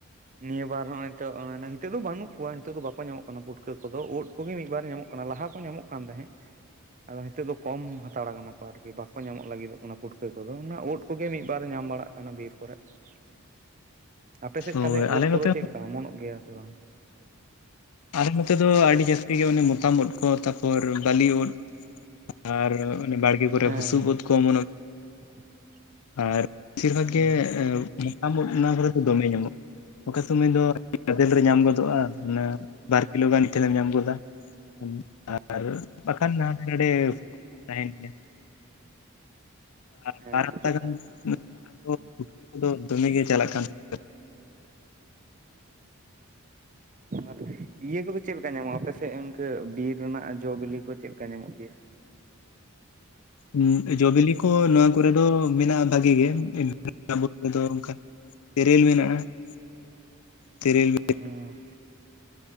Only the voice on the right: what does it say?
ᱱᱤᱭᱟᱹ ᱵᱟᱨ ᱦᱚᱸᱜᱼᱚᱭ ᱛᱚᱜ ᱟᱸ ᱦᱤᱛᱟᱹᱜ ᱫᱚ ᱵᱟᱹᱱᱩᱜ ᱠᱚᱣᱟ, ᱱᱤᱛᱚᱜ ᱫᱚ ᱵᱟᱠᱚ ᱧᱟᱢᱚᱜ ᱠᱟᱱᱟ ᱯᱩᱴᱠᱟᱹ ᱠᱚᱫᱚ, ᱩᱫ ᱠᱚᱜᱮ ᱢᱤᱫᱵᱟᱨ ᱧᱟᱢᱚᱜ ᱠᱟᱱᱟ ᱞᱟᱦᱟ ᱠᱚ ᱧᱟᱢᱚᱜ ᱠᱟᱱ ᱛᱟᱦᱮᱸᱜ᱾ ᱟᱫᱚ ᱱᱤᱛᱚᱜ ᱫᱚ ᱠᱚᱢ ᱦᱟᱛᱟᱲ ᱟᱠᱟ ᱱᱟᱠᱚ ᱟᱨᱠᱤ ᱵᱟᱠᱚ ᱧᱟᱢᱚᱜ ᱞᱟᱹᱜᱤᱫᱚᱜ ᱠᱟᱱᱟ ᱯᱩᱴᱠᱟᱹ ᱠᱚᱫᱚ, ᱚᱱᱟ ᱩᱫ ᱠᱚᱜᱮ ᱢᱤᱫ ᱵᱟᱨ ᱧᱟᱢ ᱵᱟᱲᱟᱜ ᱠᱟᱱᱟ ᱵᱤᱨ ᱠᱚᱨᱮᱫ ᱾ ᱟᱯᱮᱥᱮᱫ
ᱛᱟᱦᱮᱞᱮ ᱩᱫ
ᱠᱚᱫᱚ
ᱪᱮᱫ ᱞᱮᱠᱟ ᱚᱢᱚᱱᱚᱜ ᱜᱮᱭᱟ ᱥᱮ ᱵᱟᱝ?
ᱦᱮᱸ
<inaudible>
ᱦᱮᱸ
ᱦᱮᱸ
ᱟᱨ ᱤᱭᱟᱹ ᱠᱚᱫᱚ ᱪᱮᱫ ᱞᱮᱠᱟ ᱧᱟᱢᱚᱜᱼᱟ ᱟᱯᱮᱥᱮᱜ ᱤᱱᱠᱟᱹ ᱵᱤᱨ ᱨᱮᱱᱟᱜ ᱡᱚ ᱵᱤᱞᱤ ᱠᱚ ᱪᱮᱫ ᱞᱮᱠᱟ ᱧᱟᱢᱚᱜ ᱜᱮᱭᱟ?
<inaudible>
ᱚᱻ᱾